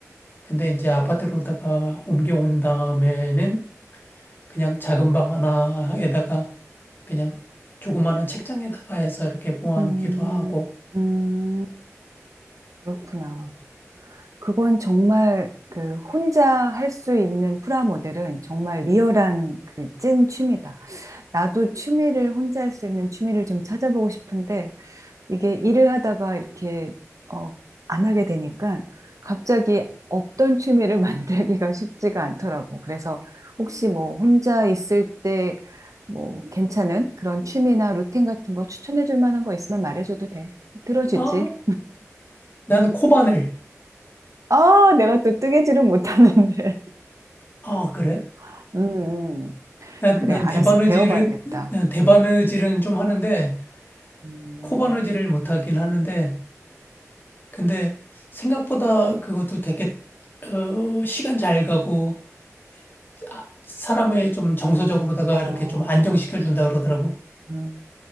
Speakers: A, on the left; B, on the right.
A: 근데 이제 아파트로다가 옮겨온 다음에는 그냥 작은 방 하나에다가 그냥 조그마한 책장에다가 해서 이렇게 모아놓기도
B: 음,
A: 하고.
B: 음, 그렇구나. 그건 정말 그 혼자 할 수 있는 프라 모델은 정말 리얼한 그 찐 취미다. 나도 취미를 혼자 할 수 있는 취미를 좀 찾아보고 싶은데 이게 일을 하다가 이렇게 어, 안 하게 되니까 갑자기 없던 취미를 <laughs> 만들기가 쉽지가 않더라고. 그래서 혹시 뭐 혼자 있을 때 뭐 괜찮은 그런 취미나 루틴 같은 거 추천해 줄 만한 거 있으면 말해줘도 돼. 들어주지.
A: 아, 난 코바늘.
B: 아, 내가 또 뜨개질은 못하는데.
A: 아, 그래?
B: <laughs> 음, 음.
A: 난,
B: 그래,
A: 난
B: 알았어.
A: 대바느질은,
B: 배워봐야겠다.
A: 난 대바느질은 좀 하는데,
B: 음,
A: 코바느질을 못하긴 하는데, 근데 생각보다 그것도 되게, 어, 시간 잘 가고, 아, 사람을 좀 정서적으로다가
B: 어,
A: 이렇게 좀 안정시켜준다 그러더라고.
B: 음.